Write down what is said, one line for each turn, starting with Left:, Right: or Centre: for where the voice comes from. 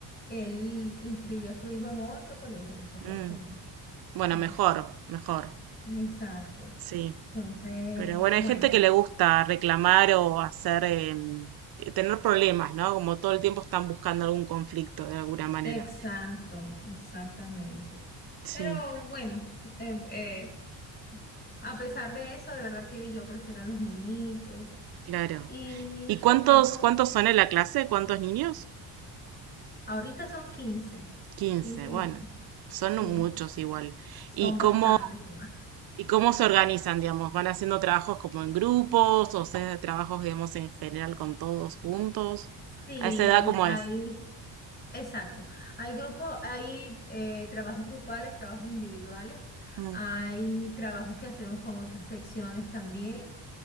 Left: él inscribió a su hijo en otro colegio, lo sacó
Right: mm.
Left: del colegio.
Right: Bueno,
Left: Eh,
Right: mejor, mejor,
Left: exacto.
Right: sí.
Left: Entonces,
Right: Pero bueno,
Left: bueno.
Right: hay gente que le gusta reclamar o hacer, em, eh, tener problemas, ¿no? Como todo el tiempo están buscando algún conflicto de alguna manera.
Left: Exacto, exactamente.
Right: Sí,
Left: Pero bueno, eh, eh, a pesar de eso, de verdad que yo prefiero a los niñitos.
Right: claro.
Left: Y no
Right: ¿Y
Left: sé,
Right: cuántos,
Left: son como,
Right: cuántos son en la clase? ¿Cuántos niños?
Left: ahorita son 15,
Right: quince
Left: 15
Right: bueno,
Left: niños,
Right: son
Left: sí,
Right: muchos igual.
Left: son
Right: ¿Y cómo,
Left: bastantes igual.
Right: y cómo se organizan, digamos? ¿Van haciendo trabajos como en grupos o se hace trabajos, digamos, en general con todos juntos?
Left: Sí,
Right: ¿A esa edad
Left: hay,
Right: cómo
Left: hay,
Right: es?
Left: exacto. Hay grupos, hay eh, trabajos grupales, trabajos individuales,
Right: Mm.
Left: hay trabajos que hacemos con otras secciones también.